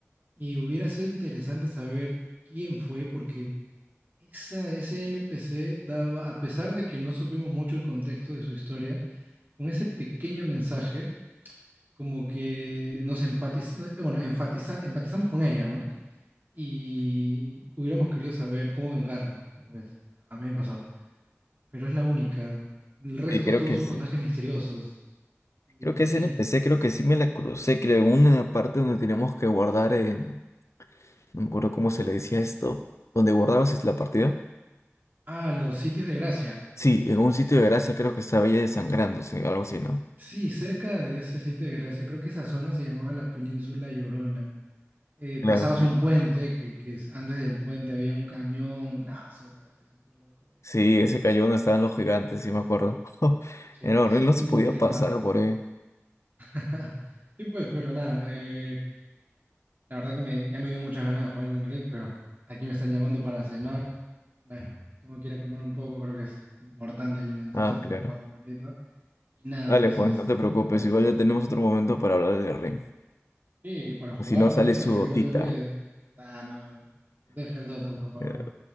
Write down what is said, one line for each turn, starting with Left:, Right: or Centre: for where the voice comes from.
Right: Y hubiera sido interesante saber quién fue, porque esa, ese NPC daba, a pesar de que no supimos mucho el contexto de su historia, con ese pequeño mensaje, como que nos empatiz, no, eh, bueno, enfatiza, empatizamos con ella, ¿no? Y hubiéramos querido saber cómo vengarla, tal vez. Bueno, A mí me pasó, pero es la única. El resto
Left: Sí, creo
Right: todos
Left: que
Right: son
Left: sí.
Right: personajes misteriosos, y
Left: Creo
Right: de por
Left: que ese
Right: sí.
Left: NPC, creo que sí me la crucé, creo, en una parte donde teníamos que guardar. eh, no me acuerdo cómo se le decía esto, donde guardabas es la partida.
Right: Ah, los sitios de gracia.
Left: Sí, en un sitio de gracia creo que estaba ella desangrándose, algo así, ¿no?
Right: Sí, cerca de ese sitio de gracia, creo que esa zona se llamaba la Península Llorona. Eh,
Left: Claro.
Right: pasabas
Left: claro.
Right: un puente, que, que es- antes del puente había un cañón, nada, súper así, súper loco.
Left: Sí, ese cayó donde estaban los gigantes, sí me acuerdo. <laughs>
Right: Sí,
Left: Era horrible,
Right: sí, muy
Left: no se podía
Right: complicado.
Left: pasar por ahí.
Right: <laughs> Sí, pues, pero nada, eh, la verdad que me, ya me dio muchas ganas de jugar Elden Ring, pero aquí me están llamando para cenar. Bueno, tengo que ir a comer un poco, creo que es importante alimentarse
Left: Ah,
Right: antes
Left: claro.
Right: de jugar un ratito. Y nada,
Left: Dale,
Right: pues
Left: Juan,
Right: este,
Left: no te preocupes,
Right: nada más.
Left: igual ya tenemos otro momento para hablar del ring.
Right: Sí, y para
Left: O
Right: jugar
Left: si no,
Right: también,
Left: sale su
Right: así
Left: gotita.
Right: que no te olvides. Ah, no, deja el Dota, por favor.
Left: Eh,